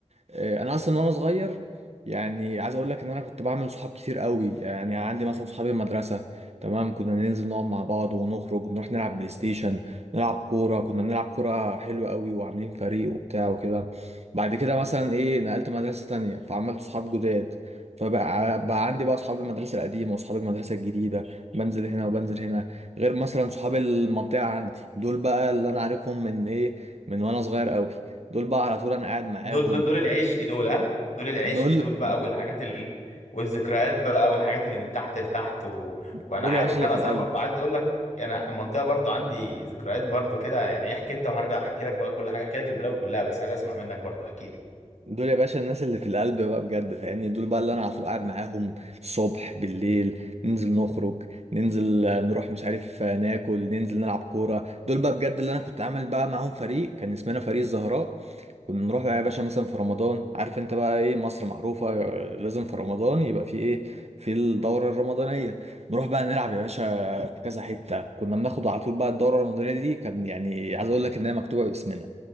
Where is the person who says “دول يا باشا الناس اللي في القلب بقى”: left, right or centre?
Right